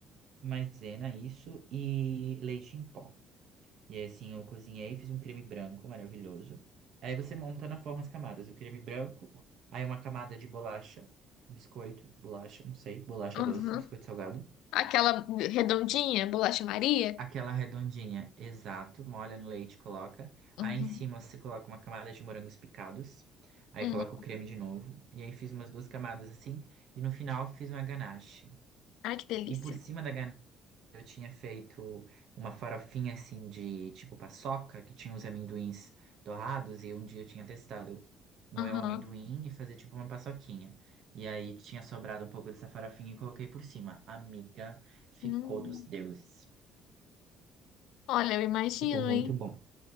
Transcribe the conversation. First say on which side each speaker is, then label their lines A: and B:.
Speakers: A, on the right (about 65°); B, on the left (about 80°).
A: maisena, isso, e leite em pó. E aí, assim, eu cozinhei, fiz um creme branco maravilhoso. Aí você monta na forma as camadas. E o creme branco, aí uma camada de bolacha, biscoito, bolacha, não sei, bolacha
B: Uhum.
A: doce, biscoito salgado.
B: Aquela redondinha, bolacha Maria.
A: Aquela redondinha, exato. Molha no leite, coloca.
B: Uhum.
A: Aí em cima você coloca uma camada de morangos picados. Aí
B: Uhum.
A: coloca o creme de novo. E aí fiz umas duas camadas assim. E no final fiz uma ganache.
B: Ai, que delícia.
A: E por cima da ganache eu tinha feito uma farofinha assim de tipo paçoca, que tinha uns amendoins dourados. E um dia eu tinha testado moer
B: Uhum.
A: o amendoim e fazer tipo uma paçoquinha. E aí tinha sobrado um pouco dessa farofinha e coloquei por cima. Amiga, ficou
B: Hum.
A: dos deuses.
B: Olha, eu imagino,
A: Ficou muito
B: hein?
A: bom.